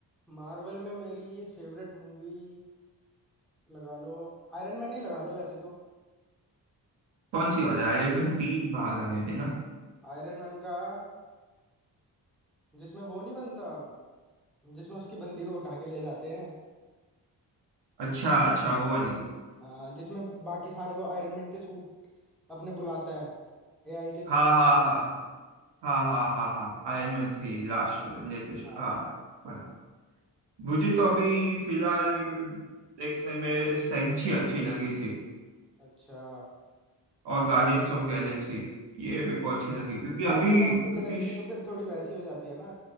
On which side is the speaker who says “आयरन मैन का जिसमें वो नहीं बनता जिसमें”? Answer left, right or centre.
Centre